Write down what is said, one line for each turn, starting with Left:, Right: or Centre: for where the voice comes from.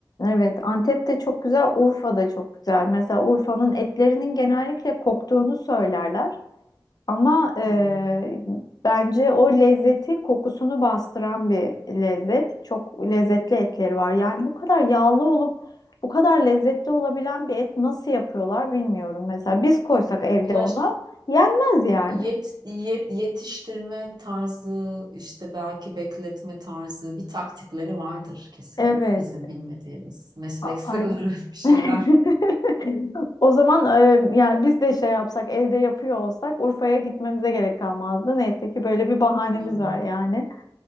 Left: Evet, Antep de çok güzel, Urfa da çok güzel. Mesela Urfa'nın etlerinin genellikle koktuğunu söylerler. Ama eee,
Right: Hmm.
Left: bence o lezzeti kokusunu bastıran bir lezzet. Çok lezzetli etleri var. Yani bu kadar yağlı olup bu kadar lezzetli olabilen bir et nasıl yapıyorlar bilmiyorum. Mesela biz koysak evde
Right: Ya
Left: ona yenmez yani.
Right: Yet, yet- yetiştirme tarzı, işte belki bekletme tarzı bir taktikleri vardır kesin.
Left: Evet,
Right: Bizim bilmediğimiz meslek
Left: a-
Right: sırları
Left: aynen.
Right: <laughs> bir şeyler.
Left: <laughs> O zaman e, yani biz de şey yapsak evde yapıyor olsak Urfa'ya gitmemize gerek kalmazdı. Neyse ki böyle bir bahanemiz
Right: Hmm.
Left: var yani.